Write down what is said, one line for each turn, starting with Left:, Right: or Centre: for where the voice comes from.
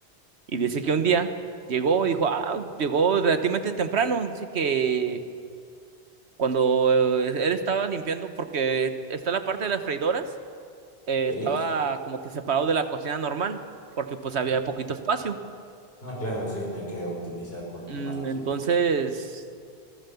Right: Y dice que un día llegó y dijo, ah, llegó relativamente temprano. Dice que cuando eh, él estaba limpiando, porque está la parte de las freidoras eh,
Left: Sí.
Right: estaba como que separado de la cocina normal, porque pues había poquito espacio.
Left: Ah, claro, sí, hay que optimizar pues,
Right: Mm,
Left: lo más posible.
Right: Entonces,